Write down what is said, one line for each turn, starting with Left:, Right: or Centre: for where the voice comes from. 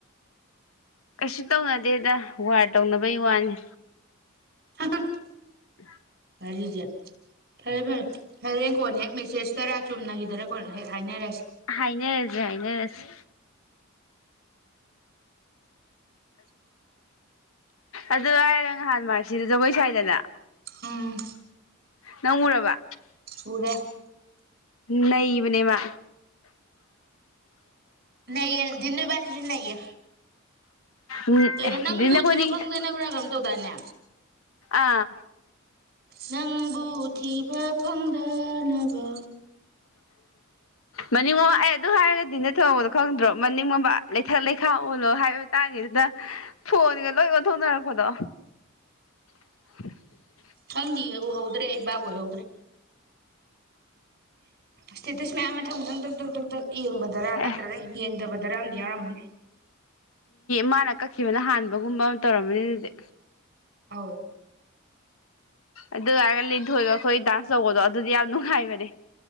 Left: ꯀꯁꯤ ꯇꯧꯅ ꯗꯦꯗ ꯋꯥꯔ ꯇꯧꯅꯕꯩ ꯋꯥꯅꯤ
Right: ꯍꯍ
Left: ꯎꯝ
Right: ꯋꯥꯔꯤꯖꯦ ꯐꯔꯦ ꯐꯔꯦ ꯍꯣꯔꯦꯟ ꯀꯣꯅ ꯍꯦꯛ ꯃꯦꯁꯦꯖ ꯇꯔꯥ ꯆꯨꯝꯅꯈꯤꯗ ꯑꯗꯨꯗ ꯍꯥꯏꯅꯔꯁꯤ
Left: ꯍꯥꯏꯅꯔꯖꯤ ꯍꯥꯏꯅꯔꯖꯤ ꯑꯗꯨ ꯍꯥꯏꯔꯒ ꯅꯍꯥꯟ ꯃꯥꯔꯁꯤꯗ ꯖꯒꯣꯏ ꯁꯋꯥꯏꯗꯅ
Right: ꯎꯝ
Left: ꯅꯪ ꯎꯔꯕ
Right: ꯎꯔꯦ
Left: ꯅꯩꯕꯅꯦ ꯃꯥ
Right: ꯅꯩꯌꯦ ꯗꯤꯟ ꯅꯕꯥꯅꯤꯁꯨ ꯅꯩꯌꯦ
Left: ꯎꯝ
Right: ꯀꯩꯅꯣ ꯅꯪꯕꯨ
Left: ꯗꯤꯟ ꯑꯩꯈꯣꯢꯅꯤꯒꯤ
Right: ꯊꯤꯕ ꯐꯪꯗꯅꯕ꯭ꯔꯥ ꯀꯩꯅꯣꯝ ꯇꯧꯗꯥꯏꯅꯦ
Left: ꯑꯥ
Right: ꯅꯪꯕꯨ ꯊꯤꯕ ꯐꯪꯗꯅꯕ
Left: ꯃꯅꯤꯡꯉꯣꯝ ꯑꯩ ꯑꯗꯨ ꯍꯥꯏꯔꯒ ꯗꯤꯟꯗ ꯊꯣꯍꯧꯕꯗꯣ ꯈꯪꯗ꯭ꯔꯣ ꯃꯅꯤꯡ ꯃꯃꯥꯡ ꯂꯩꯊꯛ ꯂꯩ ꯈꯥꯛ ꯑꯣꯜꯂꯣ ꯍꯥꯏꯕ ꯃꯇꯥꯡꯉꯁꯤꯅ ꯐꯣꯟꯒ ꯂꯣꯏ ꯑꯣꯟꯊꯣꯛꯅꯔꯛꯄꯗꯣ <inaudible>
Right: ꯈꯪꯗꯦꯌꯦ ꯎꯍꯧꯗ꯭ꯔꯦ ꯑꯩ ꯕꯥꯕ ꯑꯣꯢꯍꯧꯗ꯭ꯔꯦ ꯁ꯭ꯇꯦꯇꯁ ꯃꯌꯥꯝ ꯃꯊꯪ ꯃꯊꯪ ꯗꯛ ꯗꯛ ꯗꯛ ꯌꯦꯡꯕꯗ꯭ꯔꯥ ꯑꯅ꯭ꯔꯒ
Left: ꯑꯦ
Right: ꯌꯦꯡ ꯐꯠꯇꯕꯗ ꯑꯝꯗꯤ ꯌꯥꯎꯔꯝꯃꯅꯤ
Left: ꯃꯥꯅ ꯀꯛꯈꯤꯕꯅ ꯍꯥꯟꯕꯒꯨꯝꯕ ꯑꯃ ꯇꯧꯔꯝꯕꯅꯤ ꯑꯗꯨꯗꯤ
Right: ꯑꯧ
Left: ꯑꯗꯨꯒ ꯂꯤꯊꯣꯏꯕ ꯑꯩꯈꯣꯏ ꯗꯥꯟꯁ ꯇꯧꯕꯗꯣ ꯑꯗꯨꯗꯤ ꯌꯥꯝ ꯅꯨꯡꯉꯥꯏꯕꯅꯦ